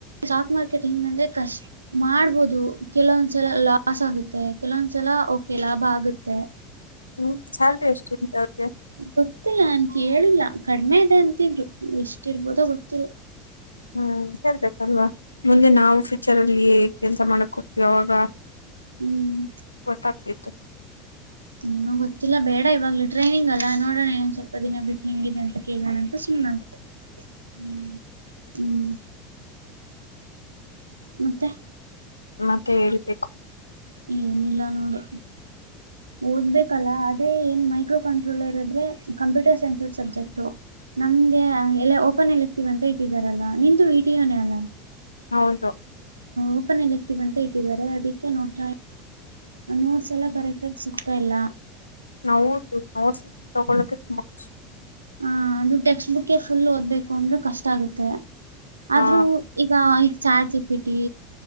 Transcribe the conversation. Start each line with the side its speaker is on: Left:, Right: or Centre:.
Right: ಸ್ಟಾಕ್ ಮಾರ್ಕೆಟಿಂಗ್ ಅಂದೆ ಕಷ್ಟ ಮಾಡ್ಬೋದು ಕೆಲವೊಂದ್ಸಲ ಲಾಸ್ ಆಗುತ್ತೆ ಕೆಲವೊಂದ್ಸಲ ಓಕೆ ಲಾಭ ಆಗುತ್ತೆ
Left: ಹ್ಮ್ ಚಲ್ ರೀ ಎಷ್ಟುಂತ ಅವ್ರಿಗೆ
Right: ಗೊತ್ತಿಲ್ಲ ನನ್ ಕೇಳಿಲ್ಲ ಕಡಿಮೆ ಇದೆ ಅಂತಿದ್ರು ಎಷ್ಟ ಇರ್ಬೋದೋ ಗೊತ್ತಿಲ್ಲ
Left: ಹ್ಮ್ ಸೇರ್ಬೇಕಲ್ವಾ ಮುಂದೆ ನಾವು ಫ್ಯೂಚರ್ ಅಲ್ಲಿ ಕೆಲ್ಸ ಮಾಡಕ್ಗ್ತೀವಿ ಅವಾಗ
Right: ಹ್ಮ್
Left: ಗೊತ್ತಾಗ್ತತ್ತು
Right: ನೀನ ಗೊತ್ತಿಲ್ಲ ಬೇಡ ಇವಾಗ್ಲು ಟ್ರೈನಿಂಗ್ ಅಲ್ಲ ನೋಡೋಣೇಏ ಸ್ವಲ್ಪ ದಿನ ಬಿಟ್ಟ ಹೆಂಗಿದೆ ಅಂತ ಕೇಳಣಂತ ಸುನಂತೆ ಹ್ಮ್ ಹ್ಮ್ ಮತ್ತೆ
Left: ಮತ್ತೆ ಹೇಳ್ಬೇಕು
Right: ಏನಿಲ್ಲ ನೋಡು ಓದ್ಬೇಕಲ್ಲ ಅದೇ ಏನ್ ಮೈಕ್ರೋ ಕಂಟ್ರೋಲರ್ ಅದ್ರೆ ಕಂಪ್ಯೂಟರ್ ಸೈನ್ಸ್ ಸಬ್ಜೆಕ್ಟು ನಮ್ಗೆ ಎಲ್ಲ ಓಪನ್ ಎಲ್ಲಿ ಇಕ್ತೀವ ಅಂತ ಇಟ್ಟಿದಾರಲ್ಲಾ ನಿ ಹನಲ್ಲ
Left: ಹೌದು
Right: ಓಪನ್ ಎಲೆಕ್ಟಿವ್ ಅಂತ ಇಟ್ಟಿದ್ದಾರೆ ಅದಕ್ಕೆ ನೋಡ್ತಾ ನೋಟ್ಸ್ ಎಲ್ಲಾ ಕರೆಕ್ಟ್ ಸಿಗ್ತಾ ಇಲ್ಲ
Left: ನಾವು ನೋವು ತಗೊಳ್ಳಕ್ಕೆೆ ತುಂಬಾ ಖು
Right: ಹ ಅದು ಟೆಕ್ಸ್ಟ್ ಬುಕ್ ಫುಲ್ ಓದ್ಬೇಕು ಅಂದ್ರೂ ಕಷ್ಟ ಆಗುತ್ತೆ ಆದ್ರೂ
Left: ಹಾ
Right: ಈಗ ಈಗ ಚಾರ್ ಚಪ್ಪಿಟ್ಟಿ